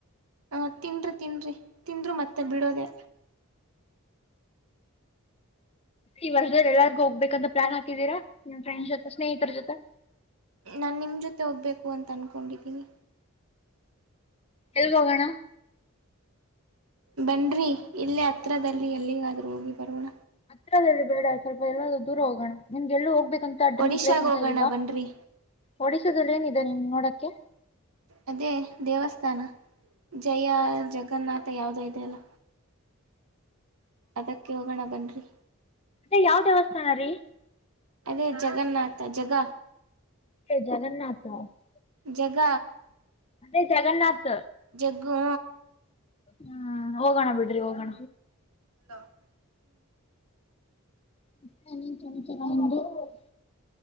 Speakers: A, on the right; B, on the left.
A: ಹ ತಿನ್ರಿ ತಿನ್ರಿ ತಿಂದರು ಮತ್ತೆ ಬಿಡೋದೆೇ
B: ಇವರ್ ಎಲ್ಲಾರ್ಗ ಹೋಗ್ಬೇಕ ಅಂತ ಪ್ಲಾನ್ದ್ದೀರಾ ನಿಮ್ಮ ಫ್ರಂಡ್ ಜೊತೆ ಸ್ನೇಹಿತರ ಜೊತೆ
A: ನಾನು ನಿಮ್ಮ ಜೊತೆ ಹೋಗ್ಬೇಕು ಅಂತ ಅನ್ಕೊಂಡಿದ್ದೀನಿ
B: ಎಲ್ಲಿ ಹೋಗೋಣ
A: ಬನರೀ ಇಲ್ಲೇ ಹತ್ರದಲ್ಲಿ ಎಲ್ಲಿಗಾದ್ರೂ ಹೋಗಿ ಬರೋಣ
B: ಹತ್ರ ಬೇಡ ಸ್ವಲ್ಪ ಎಲ್ಲಾದೂ ದೂರ ಹೋಗೋಣ ನಿಮ್ಗೆ ಎಲ್ಲೂ ಹೋಗ್ಬೇಕಂತ ಆ ಡ್ರೀಮ್
A: ಒಡಿಶಾಗ
B: ಪ್ಲೇಸ್ ಅಂತ
A: ಹೋಗೋಣ
B: ಇಲ್ವಾ
A: ಬನ್ರಿ
B: ಒಓಡಿಸೋಲ್ಲಿ ಏನಿದೆ ನಿನ್ ನೋಡಕ್ಕೆ
A: ಅದೇ ದೇವಸ್ಥಾನ ಜಯ ಜಗನ್ನಾಥ ಯಾವ್ದೋ ಇದೆಯ ಅಲ್ಲ ಅದಕ್ಕೆ ಹೋಗೋಣ ಬನ್ರಿ
B: ಅೆ ಯಾವ ದೇವಸ್ಥಾನ ರೀ
A: ಅದೇ ಜಗನ್ನಾಥ ಜಗ
B: <unintelligible>
A: ಜಗ
B: ಅದೇ ಜಗನ್ನಾಥ
A: ಜಗ್ಗು
B: ಹ್ಮ್ ಹೋಗೋಣ ಬಿಡ್ರಿ ಹೋಗೋಣ
A: ಹ <unintelligible>
B: <unintelligible>